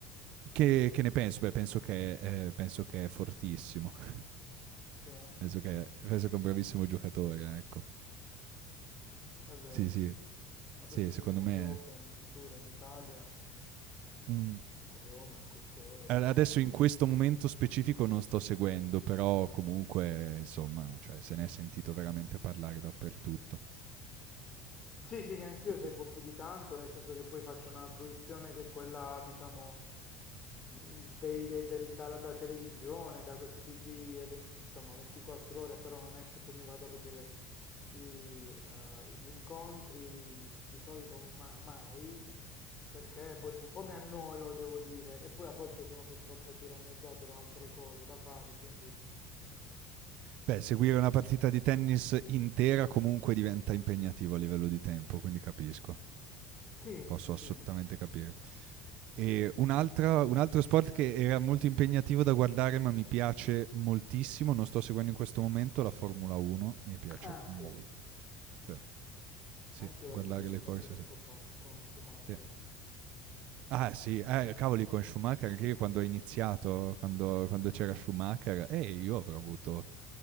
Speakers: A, on the right; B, on the left.
A: Che che ne penso? Beh, penso che ehm, penso che è fortissimo, <laughs>
B: Sì, eh.
A: penso che penso che è un bravissimo giocatore, ecco.
B: È vero,
A: Sì, sì,
B: adesso
A: sì,
B: ci
A: secondo
B: sono
A: me
B: gli Open pure in Italia, a
A: Mh.
B: Roma, in queste ore
A: A
B: proprio.
A: adesso in questo momento specifico non sto seguendo, però comunque insomma, cioè se ne è sentito veramente parlare dappertutto.
B: Sì, sì, neanch'io seguo
A: Tu
B: più di tanto, nel senso che poi faccio una fruizione che è quella, diciamo, mh, dei- dei- del- da, da televisione, da questi TG, eh, ven- insomma, 24 ore, però non è che poi mi vado a vedere i, eh, gli incontri, di solito ma- mai, mh, perché poi un po' mi annoio, devo dire, e poi a volte sono purtroppo tiranneggiato da altre cose da fare, quindi
A: beh, seguire una partita di tennis intera comunque diventa impegnativo a livello di tempo, quindi capisco.
B: sì,
A: Posso
B: sì,
A: assolutamente capire. E un'altra un altro sport che era molto impegnativo da guardare, ma mi piace moltissimo, non sto seguendo in questo momento, la Formula 1, mi piace
B: ah
A: molto.
B: sì,
A: Sì, sì,
B: anch'io
A: guardare
B: la seguivo
A: le
B: molto
A: corse
B: tempo
A: sì,
B: fa con Schumacher.
A: sì. Ah sì, eh, cavoli con Schumacher anche io quando ho iniziato, quando quando c'era Schumacher, eh, io avrò avuto